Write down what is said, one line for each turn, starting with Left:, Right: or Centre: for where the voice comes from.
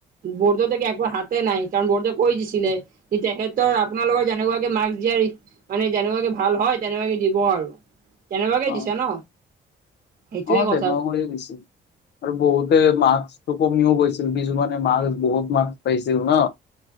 Right: বৰ্ড একো হাতে নাই। কাৰণ বৰ্ডে কৈ দিছিলে কি তেখেতৰ আপোনালোকৰ যেনেকুৱাকে মাক্ক দিয়াৰ মানে যেনেকুৱাকে ভাল হয়। তেনেকুৱাকে দিব আৰু তেনেকুৱাকে
Left: অ
Right: দিছো ন। সেইটোৱে
Left: অ
Right: কথা
Left: তেনেকোৱাকে দিছে। আৰু বহুতে মাৰ্কচটো কমিও গৈছিল বিছুমানে মাৰ বহুত মাৰ পাইছিল ন।